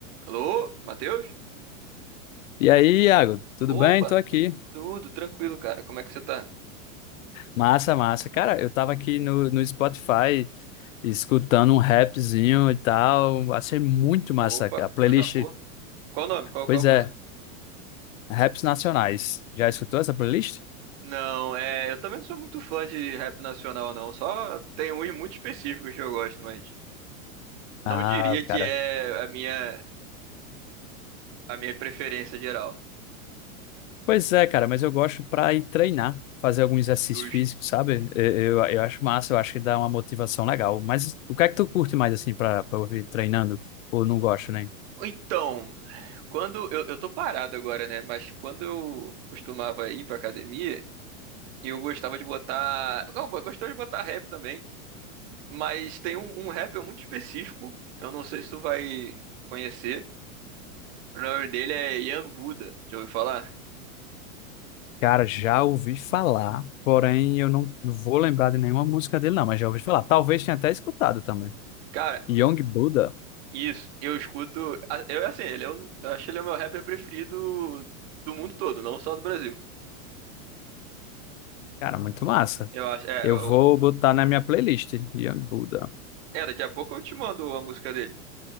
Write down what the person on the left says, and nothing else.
E aí, Iago, tudo
bem? Tô aqui.
Massa, massa. Cara, eu tava aqui no, no Spotify escutando um rapzinho e tal. Achei muito massa
a playlist.
Pois
é, raps nacionais. Já escutou essa playlist?
Ah,
cara.
Pois é, cara, mas eu gosto pra ir treinar, fazer algum exercício
físico, sabe? Eu, eu, eu acho massa, eu acho que dá uma motivação legal. Mas o que é que tu curte mais, assim, pra, pra ouvir treinando? Ou não gosto, né?
Cara, já ouvi falar, porém eu não não vou lembrar de nenhuma música dele, não, mas já ouvi falar. Talvez tenha até escutado também.
Young Buddha,
cara, muito massa.
Eu
vou botar na minha playlist, Young Buddha.